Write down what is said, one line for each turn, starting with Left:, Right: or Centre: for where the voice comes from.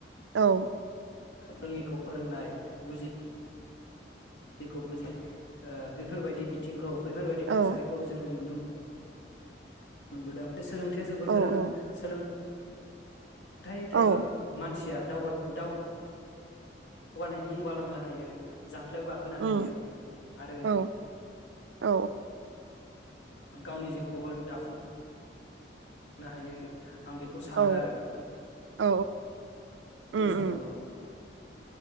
Right: औ
Left: रोङिखौ फोरोंनाय बुजि खौ <inaudible> बुजिनाय ओ बेफोर बेफोरबायदि बिथिंखौ बैफोरबायदि
Right: औ
Left: थासारिखौ जोङो नुनो मोनो मोनबोदों सोलोंथाइया जोबोर
Right: औ
Left: गोनां
Right: औ
Left: सोलों हाथाय थायो
Right: औ
Left: मानसिया दावगा दाव जौगानायनि <inaudible> गालांनो <inaudible> हायो जा दख्लायाव गाखोनो
Right: उम
Left: हायो आरो
Right: औ औ
Left: गावनि जिउखौबो दाफुं नो हायो आं बेखौ सानो
Right: औ
Left: आरो <inaudible>
Right: औ
Left: बुंनो
Right: उम
Left: सानबाव
Right: उम
Left: नामा